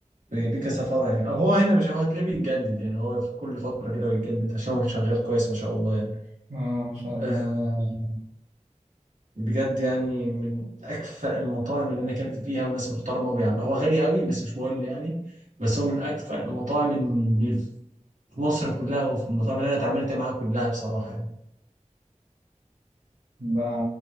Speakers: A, on the right; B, on the right.
A: ليه كذا فرع يعني أو هو هنا مش هو هتلاقيه بيتجدد يعني هو في كل فترة كده بيتجدد عشان هو شغال كويس ما شاء الله يعني
B: اه ما شاء الله
A: آه بجد يعني من اكفأ المطاعم اللي انا اكلت فيها وناس محترمه بيعمل هو غالي قوي بس مش مهم يعني بس هو من اكفأ المطاعم اللي في مصر كلها وفي المطاعم اللي انا اتعاملت معاها كلها بصراحه يعني
B: ده